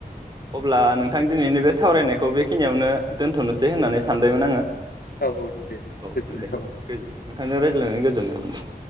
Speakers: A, on the right (about 25°); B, on the left (about 70°).
A: अब्ला नोंथां दिनैनि बे सावरायनायखौ बेखिनियावनो दोनथनोसै होननानै सानबायमोन आङो
B: औ औ दे
A: औ
B: गोजोननाय
A: दे
B: थाबाय
A: नोंथांजों रायज्लायनानै गोजोननाय मोनबाय